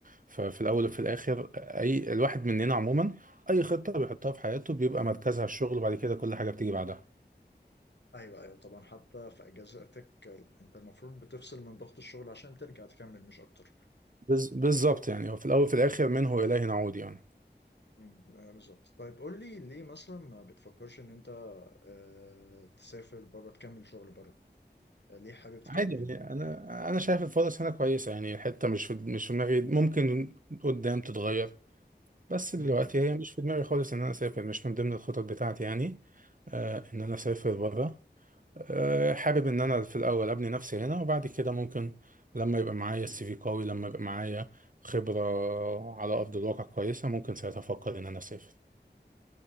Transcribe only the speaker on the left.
ايوه ايوه طبعا حتى في اجازاتك آه، انت المفروض بتفصل من ضغط الشغل عشان ترجع تكمل مش اكتر
امم آه، بالظبط طيب قول لي ليه مثلا ما بتفكرش ان انت آه، تسافر بره تكمل شغل بره آه، ليه حابب تكمل
هنا
امم